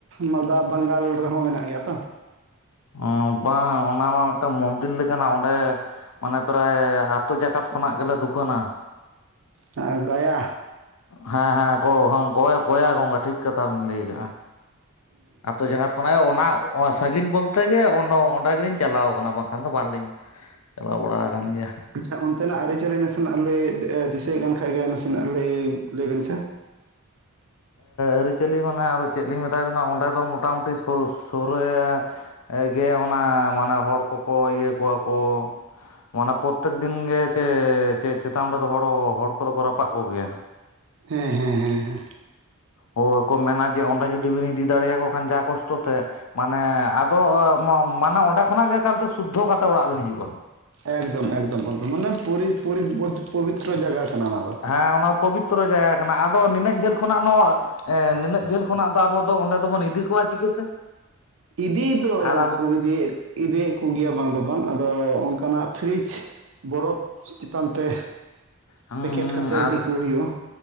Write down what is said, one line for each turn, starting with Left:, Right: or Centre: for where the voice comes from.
Right: ᱢᱟᱞᱫᱟ ᱵᱟᱝᱜᱟᱞ ᱨᱮᱦᱚᱸ ᱢᱮᱱᱟᱜ ᱜᱮᱭᱟ ᱛᱚ?
Left: ᱚ ᱵᱟᱝ ᱚᱱᱟ ᱢᱟ ᱢᱤᱫᱴᱟᱝ ᱢᱚᱱᱫᱤᱨ ᱞᱮᱠᱟᱱᱟ ᱚᱸᱰᱮ ᱢᱟᱱᱮ ᱯᱨᱟᱭ ᱟᱛᱳ ᱡᱟᱠᱟᱛ ᱠᱷᱚᱱᱟᱜ ᱜᱮᱞᱮ ᱫᱩᱠᱟᱹᱱᱟ᱾
Right: ᱟ ᱜᱟᱭᱟ᱾
Left: ᱦᱮᱸ ᱦᱮᱸ ᱜᱚ-ᱜᱚᱜᱚᱭᱟ ᱜᱚᱸᱜᱟ ᱴᱷᱤᱠ ᱠᱟᱛᱷᱟ ᱵᱤᱱ ᱞᱟᱹᱭ ᱠᱟᱜᱼᱟ᱾ ᱟᱛᱳ ᱡᱟᱜᱟᱛ ᱠᱷᱚᱱᱟᱜᱮ ᱚᱱᱟ ᱥᱟᱺᱜᱤᱧ ᱵᱚᱞᱛᱮ ᱜᱮ ᱚᱸᱰᱮ ᱜᱮᱞᱤᱧ ᱪᱟᱞᱟᱣ ᱠᱟᱱᱟ ᱵᱟᱝ ᱠᱷᱟᱱ ᱫᱚ ᱵᱟᱝᱞᱤᱧ ᱪᱟᱞᱟᱣ ᱵᱟᱲᱟ ᱠᱟᱱ ᱜᱮᱭᱟ᱾
Right: ᱟᱪᱪᱷᱟ ᱚᱱᱛᱮᱱᱟᱜ ᱟᱹᱨᱤᱪᱟᱹᱞᱤ ᱱᱟᱥᱮᱱᱟᱜ ᱞᱟᱹᱭ ᱫᱤᱥᱟᱹᱭᱮᱜ ᱠᱟᱱ ᱠᱷᱟᱡ ᱜᱮ ᱱᱟᱥᱮᱱᱟᱜ ᱞᱟᱹᱭ ᱞᱟᱹᱭᱵᱤᱱ ᱥᱮ᱾
Left: ᱟᱹᱨᱤᱪᱟᱹᱞᱤ ᱢᱟᱱᱮ ᱟᱫᱚ ᱪᱮᱫ ᱞᱤᱧ ᱢᱮᱛᱟ ᱵᱮᱱᱟ ᱚᱸᱰᱮ ᱫᱚ ᱢᱳᱴᱟᱢᱩᱴᱤ ᱥᱳ-ᱥᱳᱨᱮ ᱜᱮ ᱚᱱᱟ ᱢᱟᱱᱮ ᱦᱚᱲ ᱠᱚᱠᱚ ᱤᱭᱟᱹ ᱠᱚᱣᱟ ᱠᱚ᱾ ᱢᱟᱱᱮ ᱯᱨᱚᱛᱮᱠ ᱫᱤᱱ ᱜᱮ ᱪᱮ ᱪᱮᱛᱟ ᱚᱱᱰᱮᱫᱚ ᱦᱚᱲ ᱦᱚᱲ ᱠᱚᱫᱚ ᱠᱚ ᱨᱟᱯᱟᱜ ᱠᱚᱜᱮᱭᱟ?
Right: ᱦᱮᱸ ᱦᱮᱸ ᱦᱮᱸ ᱦᱮᱸ᱾
Left: ᱦᱳ ᱠᱚ ᱢᱮᱱᱟ ᱡᱮ ᱚᱸᱰᱮ ᱡᱩᱫᱤ ᱵᱤᱱ ᱤᱫᱤ ᱫᱟᱲᱮᱭᱟ ᱠᱚ ᱠᱷᱟᱱ ᱡᱟ ᱠᱚᱥᱴᱚ ᱛᱮ ᱢᱟᱱᱮ ᱟᱫᱚ ᱢᱟᱱᱮ ᱚᱸᱰᱮ ᱠᱷᱚᱱᱟᱜ ᱜᱮ ᱮᱠᱟᱞ ᱛᱮ ᱥᱩᱫᱽᱫᱷᱚ ᱠᱟᱛᱮᱫ ᱚᱲᱟᱜ ᱵᱮᱱ ᱦᱤᱡᱩᱜᱼᱟ᱾
Right: ᱮᱠᱫᱚᱢ ᱮᱠᱫᱚᱢ ᱮᱠᱫᱚᱢ ᱢᱟᱱᱮ ᱯᱩᱨᱤ ᱯᱚᱵᱤᱛᱨᱚ ᱡᱟᱭᱜᱟ ᱠᱟᱱᱟ ᱚᱱᱟ ᱫᱚ᱾
Left: ᱦᱮᱸ ᱚᱱᱟ ᱯᱚᱵᱤᱛᱨᱚ ᱡᱟᱭᱜᱟ ᱠᱟᱱᱟ ᱟᱫᱚ ᱱᱤᱱᱟᱹᱜ ᱡᱷᱟᱹᱞ ᱠᱷᱚᱱᱟᱜ ᱱᱚ ᱮᱸ ᱱᱤᱱᱟᱹᱜ ᱡᱟᱹᱞ ᱠᱷᱚᱱᱟᱜ ᱫᱚ ᱟᱵᱚ ᱫᱚ ᱚᱸᱰᱮ ᱫᱚᱵᱚᱱ ᱤᱫᱤ ᱠᱚᱣᱟ ᱪᱤᱠᱟᱹᱛᱮ?
Right: ᱤᱫᱤ ᱫᱚ
Left: ᱟᱨ ᱟᱵᱚ
Right: ᱠᱚ ᱤᱫᱤᱭᱮᱫ, ᱤᱫᱤᱭᱟ ᱠᱚ ᱜᱮᱭᱟ ᱵᱟᱝ ᱫᱚ ᱵᱟᱝ ᱟᱫᱚ ᱚᱝᱠᱟᱱᱟᱜ ᱯᱷᱨᱤᱡᱽ ᱵᱚᱨᱚᱯ ᱪᱮᱛᱟᱱᱛᱮ
Left: ᱦᱩᱸ
Right: ᱯᱮᱠᱮᱴ
Left: ᱦᱩᱸ
Right: ᱠᱟᱛᱮ ᱤᱫᱤ
Left: ᱟᱫᱚ
Right: ᱠᱚ ᱦᱩᱭᱩᱜ-ᱟ᱾